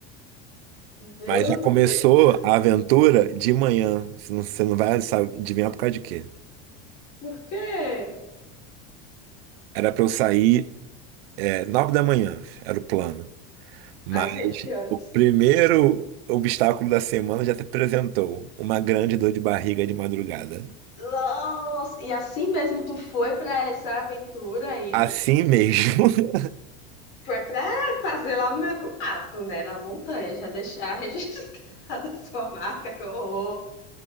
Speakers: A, on the left; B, on the right.
A: Meu
B: Mas já começou
A: Deus,
B: a aventura de manhã. Você não, você não vai sabe, adivinhar por causa de quê.
A: por quê?
B: Era pra eu sair é, nove da manhã, era o plano. Mas
A: Aí saiu de que horas?
B: o primeiro obstáculo da semana já se apresentou, uma grande dor de barriga de madrugada.
A: Nossa! E assim mesmo tu foi pra essa aventura aí?
B: Assim mesmo. <laughs>
A: Foi pra fazer lá no meio do mato, né? Na montanha, já deixar <laughs> registrada a sua marca, que horror!